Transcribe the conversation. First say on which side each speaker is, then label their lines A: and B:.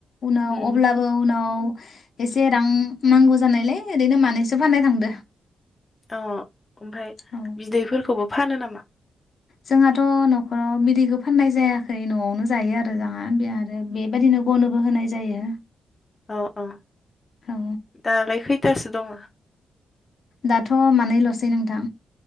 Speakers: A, on the left (about 60°); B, on the left (about 30°).
A: उनाव
B: उम
A: अब्ला उनाव एसे रां नांगौ जानायलाय ओरैनो मानैसो फाननो थांदों।
B: अ ओमफाय
A: औ
B: बिदैफोरखौबो फानो नामा?
A: जोंहाथ' न'खराव बिदैखौ फाननाय जायाखै न'आवनो जायो आरो जोंहा बि आरो बेबायदिनो गनोबो होनाय जायो।
B: अ अ
A: औ
B: दालाय खैथासो दङ?
A: दाथ' मानैल'सै नोंथां।